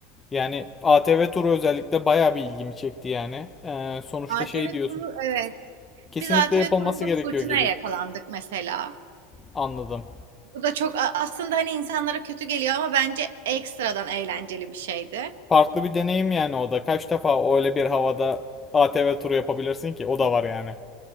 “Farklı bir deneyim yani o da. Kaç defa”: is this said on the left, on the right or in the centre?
Left